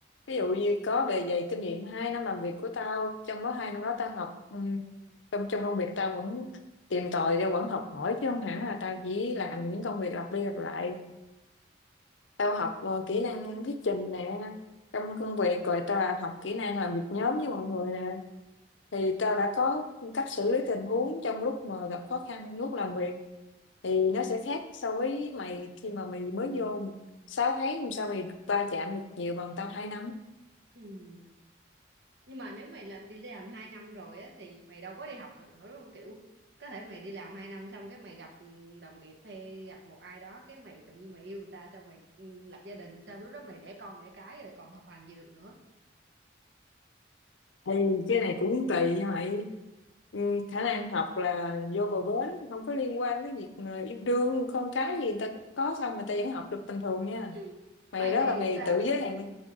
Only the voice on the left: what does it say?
ví dụ như có bề dày kinh nghiệm 2 năm làm việc của tao trong đó hai năm đó tao học ừm, trong trong công việc tao vẫn tìm tòi tao vẫn học hỏi chứ không hẳn là tao chỉ làm những công việc lặp đi lặp lại tao học ờ, kỹ năng thuyết trình nè trong công việc rồi tao là học kỹ năng làm việc nhóm với mọi người nè thì tao đã có cách xử lý tình huống trong lúc mà gặp khó khăn lúc làm việc thì nó sẽ khác so với mày khi mà mày mới vô mà. 6 tháng làm sao mày va chạm được nhiều bằng tao hai năm
thì cái này cũng tùy nha mày ừ, khả năng học là vô bờ bến không có liên quan đến việc mà yêu đương con cái gì người ta có xong người ta vẫn học được bình thường nha
mày
đó
là mày
tự giới hạn